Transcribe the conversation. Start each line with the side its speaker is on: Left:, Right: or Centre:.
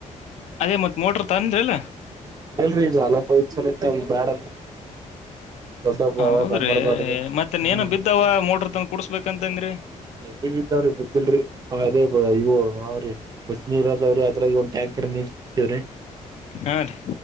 Left: ಅದೇ ಮತ್ ಮೋಟ್ರ ತಂದ್ರಲ್ಲ
Right: ಲ್ೀ ಈಲ ಬಲ ಒ ಬ್ಯಾಡ ದೊಡ್ಡಬ್ಬ
Left: ಹೌದ್ರಿ
Right: ತಂಬರ್ಬಾಡ್ದು
Left: ಮತ್ತೆನ್
Right: ಹ್ಮ್
Left: ಏನ ಬಿದ್ದಾವ ಮೋಟ್ರ ತಂಗ ಕುಡ್ಸ್ಬೇಕಂತಂದಿ
Right: ಎಲ್ಲಿ ಬಿದ್ದಾವ್ರಿ ಬಿದ್ದಿಲ್ರಿ ಅದೇ ಇವು ಅವ್ರಿ ಬಸ್ ನೀರದಾವ್ರಿ ಅದ್ರಾಗಂದು ಟ್ಯಾಂಕರ್ ನೀ ಬಿಟ್ಟೇವ್ರಿ
Left: ಹಾ ರೀ